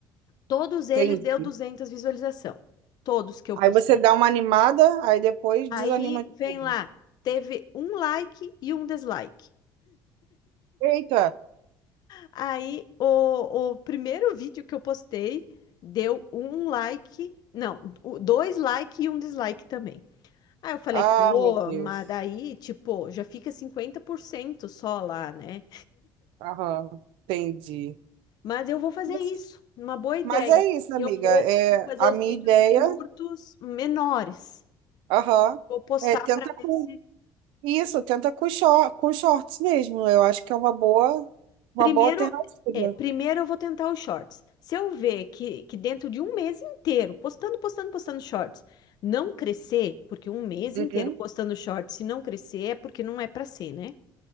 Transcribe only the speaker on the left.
Todos eles
deu 200 visualização. Todos que eu
postei.
Aí
vem
lá, teve um like e um dislike.
Aí o, o primeiro vídeo que eu postei deu um like, não, o- dois like e um dislike também. Aí eu falei,
pô,
mas daí, tipo, já fica 50% só lá, né?
Mas eu vou fazer
isso, uma boa ideia.
Eu
vou,
vou fazer
os
vídeos
curtos, menores.
Vou postar
para ver
se.
Primeiro,
é, primeiro eu vou tentar os shorts. Se eu ver que, que dentro de um mês inteiro, postando, postando, postando shorts, não crescer, porque um mês
inteiro postando shorts, se não crescer, é porque não é para ser, né?